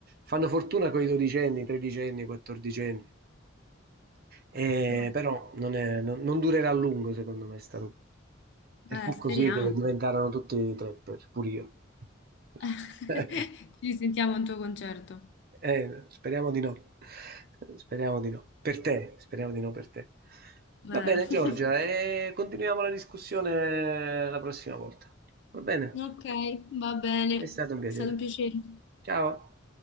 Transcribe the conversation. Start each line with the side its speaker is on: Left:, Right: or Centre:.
Right: Fanno fortuna con i dodicenni, tredicenni, quattordicenni, Eh,
Left: no.
Right: però non, è- non- non durerà a lungo, secondo me, sta roba. E
Left: Eh,
Right: fu
Left: speriamo.
Right: così che diventarono tutti trapper, pure io. Così.
Left: <laughs>
Right: <laughs>
Left: Ci sentiamo a un tuo concerto.
Right: Eh, speriamo di no. Speriamo di no. Per te, speriamo di no per te. Va
Left: Eh.
Right: bene, Giorgia,
Left: <laughs>
Right: e continuiamo la discussione la prossima volta. Va bene?
Left: Ok, va bene,
Right: È stato un piacere.
Left: è stato un piacere.
Right: Ciao.